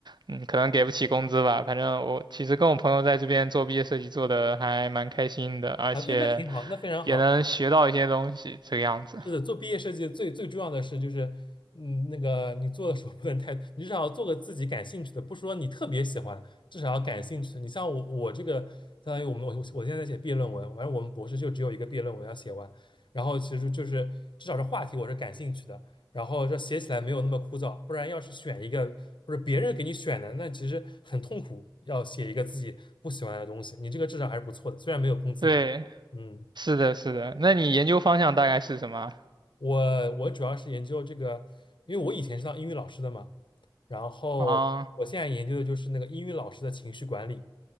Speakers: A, on the right; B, on the left.
A: 嗯，可能给不起工资吧。反正我其实跟我朋友在这边做毕业设计做的还蛮开心的，而且。
B: 啊对，那挺好，那非常好。
A: 也能学到一些东西，这个样子。
B: 是的，做毕业设计最最重要的是就是，嗯，那个你做的时候不能太，你至少要做个自己感兴趣的，不说你特别喜欢，至少要感兴趣的你像我，我这个相当于我们我我现在在写毕业论文，反正我们博士就只有一个毕业论文要写完，然后其实就是至少这话题我是感兴趣的，然后这写起来没有那么枯燥，不然要是选一个或者别人给你选的，那其实很痛苦，要写一个自己不喜欢的东西，你这个至少还是不错的，虽然没有工资拿，
A: 对，
B: 嗯。
A: 是的，是的。那你研究方向大概是什么
B: 我我主要是研究这个，因为我以前是当英语老师的嘛，然后我现在研究的就是那个英语老师的情绪管理。
A: 啊？